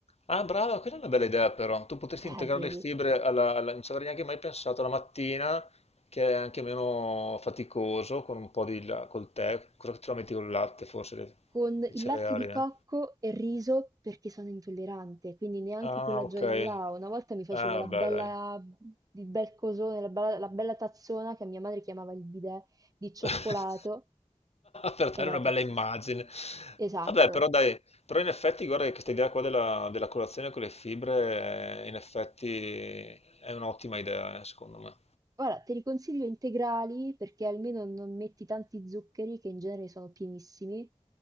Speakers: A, on the left (about 50°); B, on the right (about 25°).
A: Ah, brava, quella è una bella idea però. Tu potresti
B: Eh,
A: integrare
B: vedi?
A: le fibre alla, alla- non ci avrei neanche mai pensato alla mattina, che è anche meno faticoso, con un po' di la- col tè. Cosa ce la metti col latte, forse, le-
B: Con
A: i
B: il
A: cereali,
B: latte di
A: eh?
B: cocco e riso perché sono intollerante, quindi neanche
A: Ah,
B: quella
A: ok.
B: gioia là. Una volta mi facevo
A: Ah,
B: la
A: vabbè,
B: bella,
A: dai.
B: il bel cosone, la bella, la bella tazzona che mia madre chiamava il bidet di cioccolato
A: <laughs> Per
B: ed
A: dare
B: era
A: una
B: pazzesco.
A: bella immagine.
B: Esatto.
A: Vabbè, però dai, però in effetti guarda che questa idea qua della, della colazione con le fibre, eh, in effetti è un'ottima idea, eh, secondo me.
B: Ora te li consiglio integrali perché almeno non metti tanti zuccheri che in genere sono pienissimi.